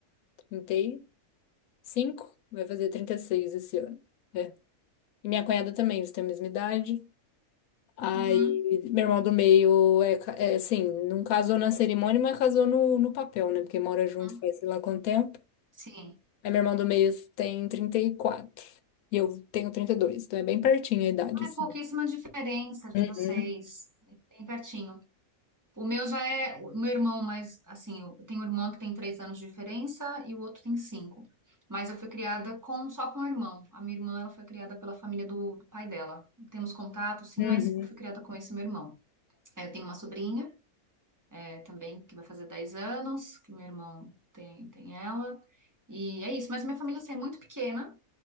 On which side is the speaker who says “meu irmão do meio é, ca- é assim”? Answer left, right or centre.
Left